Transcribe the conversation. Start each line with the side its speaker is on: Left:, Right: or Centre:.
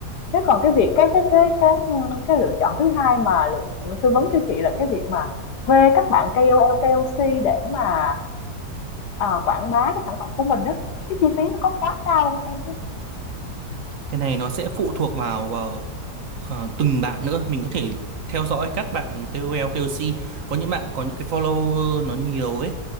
Left: Thế còn cái việc cái cái cái cái, cái lựa chọn thứ hai mà Lượng tư vấn cho chị là cái việc mà thuê các bạn KOL, KOC để mà, ờ, quảng bá cái sản phẩm của mình đó cái chi phí nó có quá cao không em ha?
Right: cái này nó sẽ phụ thuộc vào ờ, từng bạn nữa mình có thể theo dõi các bạn KOL KOC có những bạn có những cái follower nó nhiều ấy